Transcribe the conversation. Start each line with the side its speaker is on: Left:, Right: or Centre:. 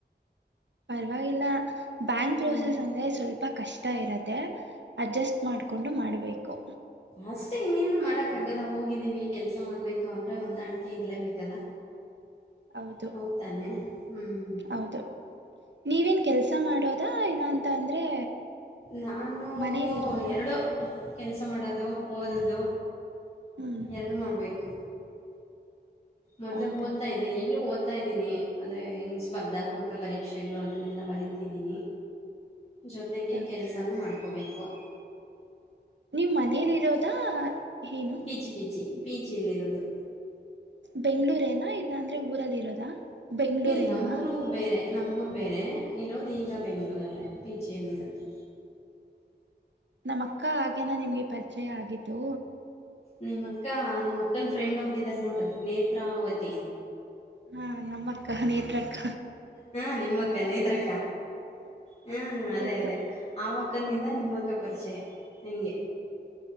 Right: ಪರವಾಗಿಲ್ಲ ಬ್ಯಾಂಕ್ ಪ್ರೋಸೆಸ್
Left: ಹ್ಞೂ
Right: ಅಂದ್ರೆ ಸ್ವಲ್ಪ ಕಷ್ಟ ಇರತ್ತೆ. ಅಡ್ಜಸ್ಟ್ ಮಾಡ್ಕೊಂಡು ಮಾಡಬೇಕು.
Left: ಅಷ್ಟೆ ಇನ್ನೇನು ಮಾಡಕ್ಕ ಆಗಲ್ಲ ಹೋಗಿದ್ದೀವಿ ಕೆಲ್ಸ ಮಾಡ್ಬೇಕು ಅಂದ್ರೆ ಹೂಂದಾಣಿಕೆ ಇರ್ಲೇಬೇಕಲ್ಲ.
Right: ಹೌದು
Left: ಹೌತಾನೆ ಹ್ಮ್.
Right: ಹೌದು ನೀವೇನ್ ಕೆಲ್ಸ ಮಾಡೋದ ಇಲ್ಲ ಅಂತ ಅಂದ್ರೆ.
Left: ನಾನು!
Right: ಮನೇಲಿ ಇರೋದಾ
Left: ಎರಡು ಕೆಲಸ ಮಾಡೋದು ಓದೋದು
Right: ಹ್ಮ್
Left: ಎರಡೂ ಮಾಡಬೇಕು. ಮೊದ್ಲು
Right: ಹೌದಾ
Left: ಹೂದ್ತಾ ಇದ್ದೆ ಈಗ್ಲೂ ಓದ್ತ ಹೂದುತ್ತಾ ಇದೀನಿ ಅದೇ ಸ್ಪರ್ಧಾತ್ಮಕ ಪರೀಕ್ಷೆಗಳು ಅದನ್ನೆಲ್ಲ ಬರೀತಿದ್ದೀನಿ. ಜೊತೆಗೆ
Right: ಹೌದಾ
Left: ಕೆಲಸನೂ ಮಾಡ್ಕೋಬೇಕು.
Right: ನಿವು ಮನೇಲಿ ಇರೋದಾ ಹೇನು
Left: P G P G P ಜಿಲ್ಲಿರೋದು
Right: ಬೆಂಗಳೂರೇನಾ ಇಲ್ಲಾಂದ್ರೆ ಊರಲ್ಲಿ ಇರೋದಾ ಬೆಂಗಳೂರೇನಾ
Left: ಇಲ್ಲಿ ನಮ್ಮೂರು ಬೇರೆ ನಮ್ಮೂರು ಬೇರೆ ಇರೋದು ಈಗ ಬೆಂಗಳೂರಲ್ಲೇ ಪಿಜಿಲ್ಲಿ ಇರೋದು.
Right: ನಮ್ಮ ಅಕ್ಕ ಹಾಗೇನ ನಿಮ್ಗೆ ಪರಿಚಯ ಆಗಿದ್ದು.
Left: ನಿಮ್ಮಕ್ಕ ನಿಮ್ಮ ಅಕ್ಕನ ಫ್ರೆಂಡ್ ಒಬ್ಬರು ಇದಾರೆ ನೋಡ್ರಿ ನೇತ್ರಾವತಿ
Right: ಹಾ ನಮ್ಮ ಅಕ್ಕ ನೇತ್ರ ಅಕ್ಕ
Left: ಹಾ ನಿಮ್ಮಕ್ಕ ನೇತ್ರಕ್ಕ ಹ್ಮ ಅದೇ
Right: ಗೊತ್ತು
Left: ಅದೇ ಆವಕ್ಕ <unintelligible> ಅವಕ್ಕನಿಂದ ನಿಮ್ಮಕ್ಕ ಪರಿಚಯ ಹೆಂಗೆ